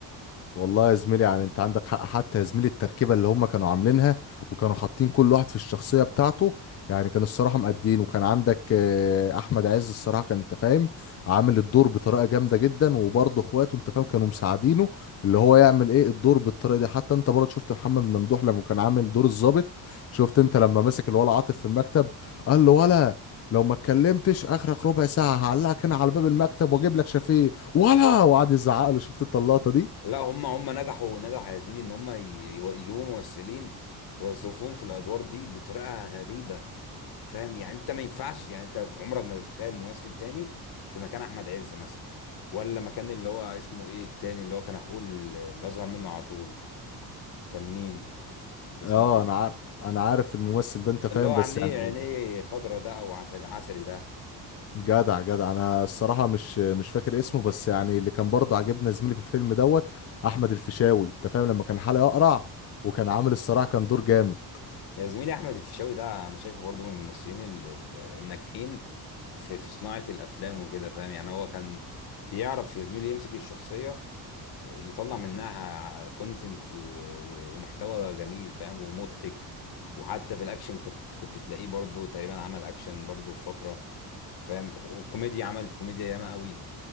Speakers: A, on the left; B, on the left.
A: والله يا زميلي يعني انت عندك حق حتى يا زميلي التركيبه اللي هم كانوا عاملينها وكانوا حاطين كل واحد في الشخصيه بتاعته يعني كان الصراحه مقدين وكان عندك آه، احمد عز الصراحه كان انت فاهم عامل الدور بطريقه جامده جدا وبرضه اخواته انت فاهم كانوا مساعدينه اللي هو يعمل ايه الدور بالطريقه دي حتى انت برضه شفت محمد ممدوح لما كان عامل دور الضابط شفت انت لما مسك الولا عاطف في المكتب قال له ولا لو ما اتكلمتش اخرك ربع ساعه هعلقك هنا على باب المكتب واجيب لك شفيق ولا وقعد يزعق له شفت انت اللقطه دي
B: لا هم هم نجحوا نجحوا يا زميلي ان هم ي- يجيبوا ممثلين يوظفوهم في الادوار دي بطريقه غريبه فاهم يعني انت ما ينفعش يعني انت عمرك ما تتخيل ممثل تاني في مكان احمد عز مثلا ولا مكان اللي هو اسمه ايه التاني اللي هو كان اخوه ال- اللي اصغر منه على طول كان مين اسمه
A: اه
B: ايه
A: انا عارف انا عارف الممثل ده انت فاهم
B: اللي هو عينيه
A: بس يعني
B: عينيه خضرة ده او عسل عسلي ده
A: جدع جدع انا الصراحه مش مش فاكر اسمه بس يعني اللي كان برضه عجبنا زميلي في الفيلم دوت احمد الفيشاوي انت فاهم لما كان حلقه اقرع وكان عامل الصراحه كان دور جامد
B: يا زميلي احمد الفيشاوي ده انا شايفه برضه من الممثلين ال- ال- الناجحين في في صناعه الافلام وكده فاهم يعني هو كان بيعرف يا زميلي يمسك الشخصيه يطلع منها كونتنت ومحتوى جميل فاهم ومضحك وحتى في الاكشن كنت كنت تلاقيه برضه تقريبا عمل اكشن برضه في فتره فاهم وكوميديا عمل كوميديا ياما قوي